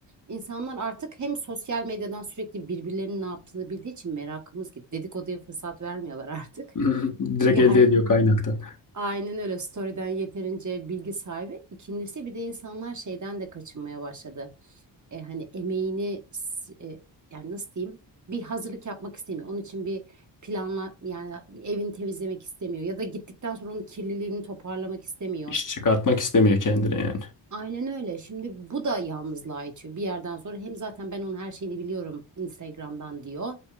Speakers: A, on the right (about 40°); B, on the left (about 45°).
A: İnsanlar artık hem sosyal medyadan sürekli birbirlerinin ne yaptığını bildiği için merakımız gitti. Dedikoduya fırsat vermiyorlar artık.
B: <laughs>
A: <laughs>
B: Direkt
A: Çünkü
B: elde
A: her
B: ediyor kaynakta.
A: Aynen öyle. Story'den yeterince bilgi sahibi. İkincisi bir de insanlar şeyden de kaçınmaya başladı. E, hani emeğini s- e, yani nasıl diyeyim? Bir hazırlık yapmak istemiyor. Onun için bir planla yani evini temizlemek istemiyor ya da gittikten sonra onun kirliliğini toparlamak istemiyor.
B: İş çıkartmak istemiyor kendine yani.
A: Aynen öyle. Şimdi bu da yalnızlığa itiyor. Bir yerden sonra hem zaten ben onun her şeyini biliyorum Instagram'dan diyor.